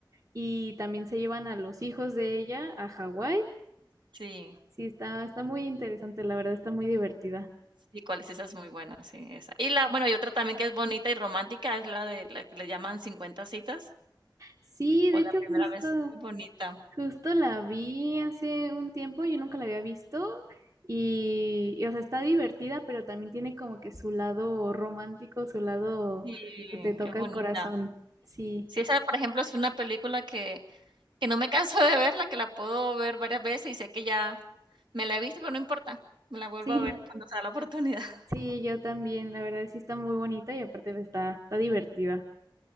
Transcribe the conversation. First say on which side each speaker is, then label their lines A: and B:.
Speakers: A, on the right; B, on the right.
A: y también se llevan a los hijos de ella a Hawái.
B: Sí,
A: Sí, está, está muy interesante, la verdad, está muy divertida.
B: sí, cuál es esa es muy buena, sí, esa. Y la, bueno, y otra también que es bonita y romántica es la de la que le llaman 50 citas
A: Sí,
B: o
A: de
B: la
A: hecho,
B: primera
A: justo,
B: vez. Es bonita.
A: Justo la vi hace un tiempo, yo nunca la había visto y, y, o sea, está divertida, pero también tiene como que su lado romántico, su lado
B: Sí,
A: que te toca
B: es bonita.
A: el corazón. Sí,
B: Sí, esa, por ejemplo, es una película que que no me canso de verla, que la puedo ver varias veces y sé que ya me la he visto, pero no importa, me la vuelvo
A: sí,
B: a ver cuando sea la oportunidad. <laughs>
A: sí, yo también, la verdad sí está muy bonita y aparte pues, está, está divertida.